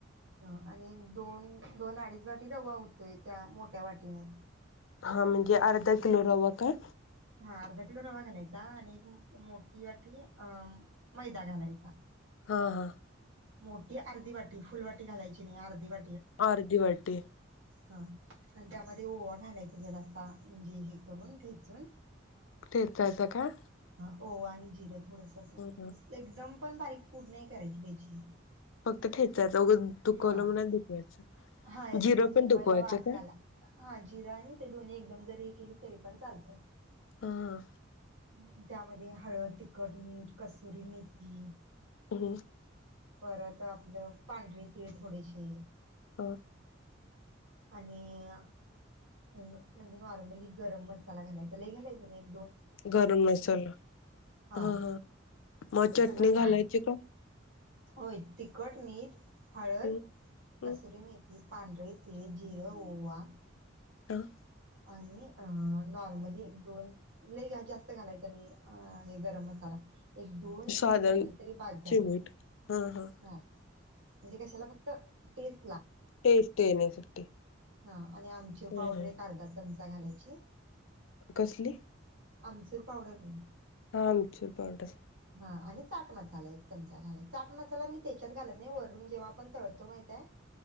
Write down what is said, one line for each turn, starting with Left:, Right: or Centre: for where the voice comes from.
Right: हा आणि दोन दोन अडीच वाटी रवा होतोय त्या मोठ्या वाटीनच
Left: हां म्हणजे अर्धा किलो रवा काय
Right: हा अर्धा किलो रवा घालायचा आणि एक मोठी वाटी अ मैदा घालायचा
Left: हं, हं
Right: मोठी आर्धी वाटी फुल वाटी घालायची नाही आर्धी वा
Left: आर्धी वाटी
Right: हां आणि त्यामध्ये ओवा घालाय चा जरासा म्हणजे हे करून ठेचून
Left: ठेचायचा का
Right: हो आणि जीर थोडस असं
Left: हा
Right: एकदम पण बारीक पूड नाही करायची त्याची.
Left: फक्त ठेचायचा उगच दुखवलं
Right: हां,
Left: म्हणून दुखवायचं
Right: हांय
Left: जिरं
Right: सं दुखवायला
Left: पण दुखवायचं
Right: वासाला.
Left: का
Right: हां जिरं आणि ते दोन्ही एकदम जरी केली तरी पण चालतंयय.
Left: हां
Right: मंग त्यामध्ये हळद तिखट मीठ कसुरी मेथी.
Left: <unintelligible>
Right: परत आपलं पांढरे तीळ थोडेसे.
Left: हो
Right: आणिय, म म्हणजे नॉर्मली गरम मसाला घालायचा लई घालाय् <unintelligible>
Left: गरम मसाला.
Right: हा
Left: हं-हं म
Right: हे
Left: चटणी
Right: सगळं घाल
Left: घालायची का?
Right: होय, तिखट मीठ हळद,
Left: हम्म हम्म
Right: कसुरी मेत ती पांढळं तीळ, जिरं, ओवा.
Left: अं
Right: आणि अ नॉर्मली दोन, लय गा जास्त घालायचं नाही अं हे गरम मसाला. एक दोन
Left: साधारण
Right: चिमुट घातली तरी बास झालं.
Left: चिमूट हा हा
Right: हां म्हणजे कशाला फक्त तेस्
Left: टेस्ट येण्यासाठी.
Right: हां आणि आमची
Left: ह
Right: पावडर
Left: ह
Right: एक अर्धा म्चा घालायची.
Left: कसली?
Right: आमचूर पावडर ग.
Left: हां आमचूर पावडर.
Right: हां, आणि चाट मसाला एक चमचा घालाय. चाट मसाला मी त्याच्यात घालत नाही वरून जेव्हां आपण तळतो माहितेय